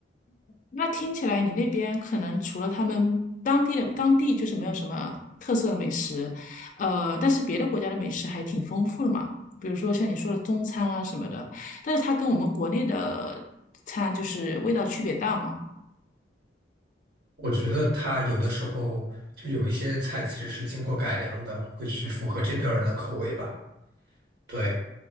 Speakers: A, on the left; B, on the right.
A: 那听起来你那边可能除了他们当地的当地就是没有什么特色的美食，呃，但是别的国家的美食还挺丰富的嘛，比如说像你说的中餐啊什么的，但是它跟我们国内的餐就是味道区别大嘛。
B: 我觉得它有的时候就有一些菜其实是经过改良的，会去符合这边儿人的口味吧。对，